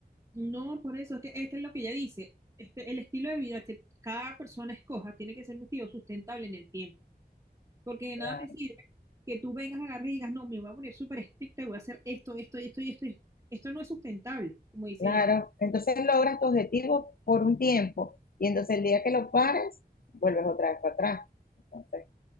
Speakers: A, on the right; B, on the left.
A: no, por eso, es que es que es lo que ella dice, este, el estilo de vida que cada persona escoja tiene que ser un estilo sustentable en el tiempo. Porque de nada
B: La-
A: te sirve que tú vengas, agarres y digas, no, me voy a poner súper estricta y voy a hacer esto, esto y esto y esto. y esto". Esto no es sustentable, como dice
B: Claro,
A: ella.
B: entonces logras tu objetivo por un tiempo y entonces el día que lo pares, vuelves otra vez para atrás. Entonces,